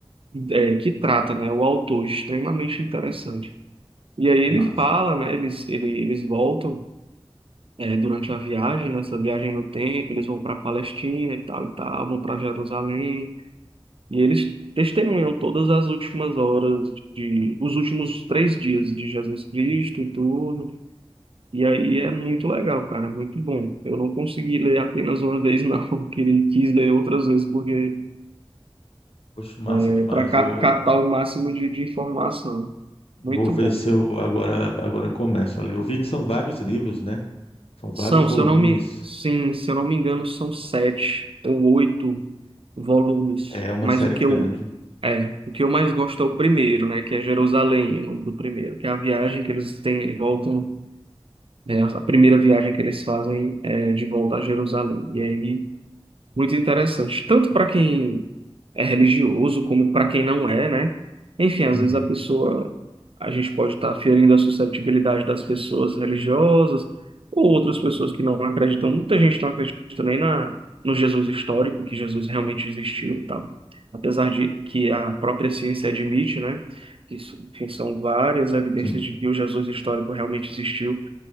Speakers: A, on the right (about 65°); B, on the left (about 80°).
A: é, que trata, né, o autor, extremamente interessante. E aí ele
B: massa.
A: fala, né, eles, ele, eles voltam. é, durante a viagem, nessa viagem no tempo, eles vão para a Palestina e tal e tal, vão para Jerusalém, e eles testemunham todas as últimas horas de, os últimos três dias de Jesus Cristo
B: Uhum.
A: e tudo. E aí é muito legal, cara, muito bom. Eu não consegui ler apenas uma vez, não. <laughs> Eu queria- quis ler outras vezes porque
B: Poxa, massa
A: é
B: demais.
A: para
B: Vou,
A: captar o máximo de, de informação.
B: vou
A: Muito
B: ver
A: bom.
B: se eu agora, agora começo a ler. Eu vi que são vários livros, né? São vários
A: São,
B: volumes.
A: se eu não me, sim, se eu não me engano, são sete ou oito volumes.
B: É uma
A: Mas
B: série
A: o que
B: grande.
A: eu, é, o que eu mais gosto é o primeiro, né? Que é Jerusalém, o nome do primeiro, que é a viagem que eles têm, voltam, né, a primeira viagem que eles fazem é de volta a Jerusalém. E aí muito interessante. Tanto para quem é religioso, como para quem não é, né? Enfim, às
B: Uhum.
A: vezes a pessoa, a gente pode estar ferindo a susceptibilidade das pessoas religiosas ou outras pessoas que não acreditam. Muita gente não acredita nem na, no Jesus histórico, que Jesus realmente existiu e tal. Apesar de que a própria ciência admite, né? Isso, enfim, são várias evidências
B: Sim.
A: de que o Jesus histórico realmente existiu